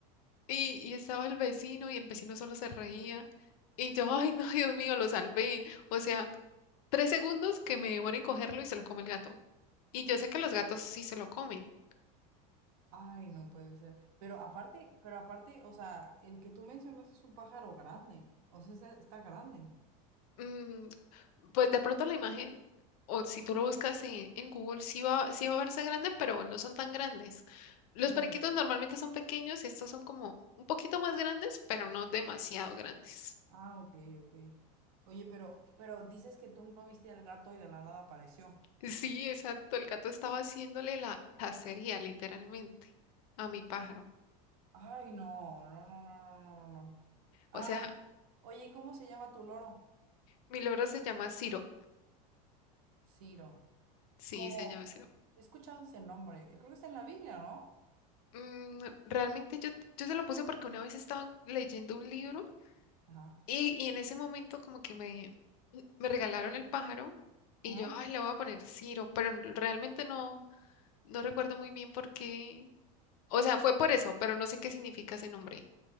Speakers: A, on the left; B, on the right.
A: Y, y estaba el vecino y el vecino solo se reía y yo, ay, no, <laughs> Dios mío, lo salvé. O sea, tres segundos que me demora en cogerlo y se lo come el gato. Y yo sé que los gatos sí se lo comen.
B: Ay, no puede ser. Pero aparte, pero aparte, o sea, el que tú mencionas es un pájaro grande. O sea, está está grande.
A: Mm, pues de pronto la imagen, o si tú lo buscas en, en Google, sí va, sí va a verse grande, pero no son tan grandes. Los
B: Mm,
A: periquitos normalmente son pequeños y estos son como un poquito más grandes, pero no demasiado grandes.
B: Ah, ok, ok. Oye, pero, pero dices que tú no viste al gato y de la nada apareció.
A: Sí, exacto. El gato estaba haciéndole la cacería, literalmente, a mi pájaro.
B: Ay, no, no, no, no, no, no, no. no. Ay,
A: O sea,
B: no. Oye, ¿y ¿cómo se llama tu loro?
A: mi loro se llama Ciro.
B: Ciro.
A: Sí,
B: Como,
A: se llama Ciro.
B: he escuchado ese nombre. eh, Creo que está en la Biblia, ¿no?
A: Mm, realmente yo, yo se lo puse porque una vez estaba leyendo un libro
B: Ajá.
A: Y, y en ese momento como que me, me regalaron el pájaro y
B: Ajá.
A: yo, ay, le voy a poner Ciro, pero n- realmente no, no recuerdo muy bien por qué. O sea, fue por eso, pero no sé qué significa ese nombre.